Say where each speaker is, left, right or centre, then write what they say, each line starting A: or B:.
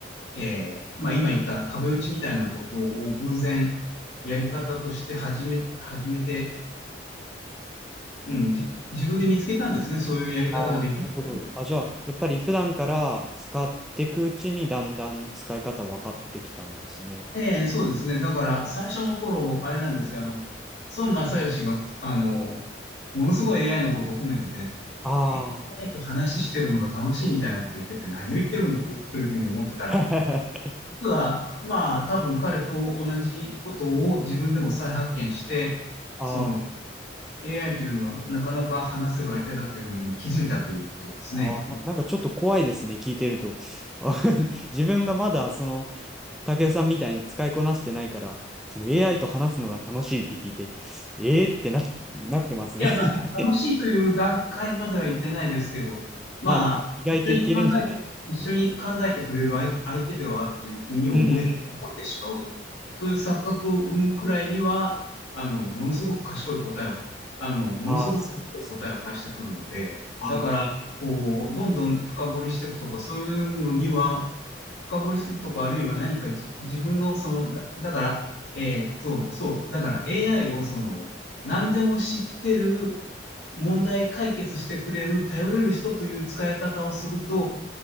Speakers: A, on the left (about 70°); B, in the centre.
A: えーまあ今言った壁打ちみたいなことを偶然やり方として始め、始めて、うん、じ自分で見つけたんですね。そういうやり方ができるっていうのを
B: ああ、なるほど。あ、じゃあ、やっぱり普段から使っていくうちにだんだん使い方分かってきたんですね。
A: ええ、そうですね。だから、最初の頃、あれなんですよ。あの、孫正義が、あの、ものすごい AI のことを褒めてて、
B: ああ。
A: 誰と話してるのが楽しいみたいなこと言ってて、何を言ってるんだ、こいつというふうに思ってたら、
B: <laughs>
A: 実は、まあ、多分彼と同じことを自分でも再発見して、
B: ああ、
A: その、AI というのはなかなか話せる相手だというのに気づいたということですね。
B: あーななんかちょっと怖いですね、聞いてると。あ <laughs> 自分がまだ、その、武雄さんみたいに使いこなしてないから、その AI と話すのが楽しいって聞いて、えーってな、なってますね。
A: いや、
B: <laughs>
A: まあ、た楽しいという段階までは行ってないですけど、まあ、
B: まあ、意外といけるんじゃないかっていう。
A: 一緒に考えて、一緒に考えてくれる相、相手ではあるというふうに思え、
B: うん。
A: 思えてしまう。そういう錯覚を生むくらいには、あの、ものすごく賢い答えを、あの、ものすごく賢い答えを返してくるので、
B: ああ、そうですね。うん。
A: だから、こう、どんどん深掘りしていくとか、そういうのには、深掘りするとか、あるいは何かじ自分の、その、だ、だから、えーっと、そう、だから AI をその、何でも知ってる、問題解決してくれる、頼れる人という使い方をすると、